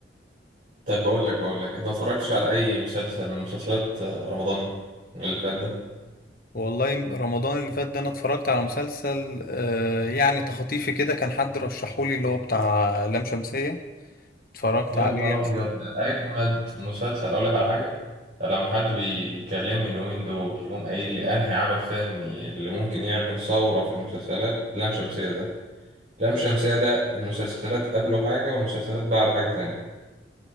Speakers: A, on the right; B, on the left.
A: طب بقول لك بقول لك انت اتفرجتش على اي مسلسل من مسلسلات آه، رمضان اللي فات ده
B: والله رمضان اللي فات ده انا اتفرجت على مسلسل آه يعني تخطيفي كده كان حد رشحولي اللي هو بتاع لام شمسية اتفرجت
A: يا
B: عليه
A: نهار ابيض ده اجمد مسلسل اقول لك على حاجه لما حد بيكلمني اليومين دول يقوم قايل لي انهي عمل فني اللي ممكن يعمل ثوره في المسلسلات لام شمسيه ده لام شمسيه ده المسلسلات قبله حاجه والمسلسلات بعده حاجه تاني